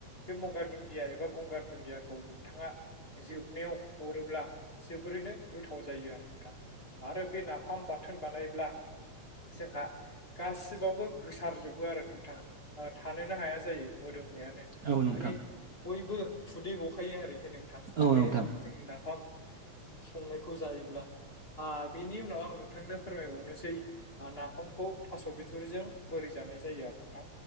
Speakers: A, on the left; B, on the right.
A: बे मगा दुन्दिया एबा गंगार दुन्दियाखौ नोंथाङा जोबनायाव हरोब्ला जोबोरैनो गोथाव जायो आरो नोंथां आरो बे नाफाम बाथोन बानायब्ला जोंहा गासिबावबो गोसारजोबो आरो नोंथां ओ थानोनो हाया जायो मोदोमनायानो
B: औ नोंथां
A: माने बयबो खुदै गखायो आरोखि नोंथां
B: औ
A: बे
B: नोंथां
A: जोंनि नाफाम संनायखौ जायोब्ला आ बेनि उनाव आं नोंथांनो फोरमायबावनोसै नाफामखौ थास' बिथुरिजों बोरै जानाय जायो आरो नोंथां